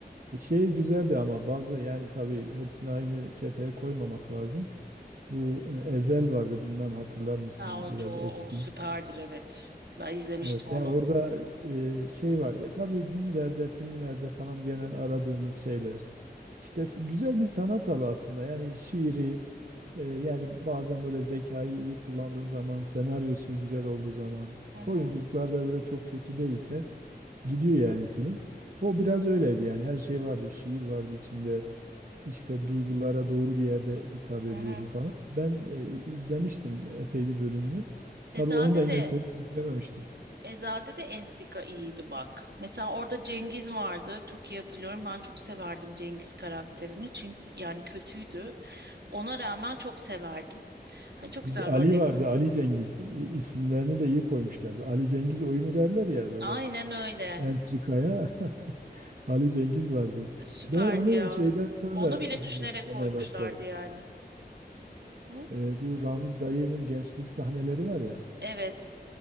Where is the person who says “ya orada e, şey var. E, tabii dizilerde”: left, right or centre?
Right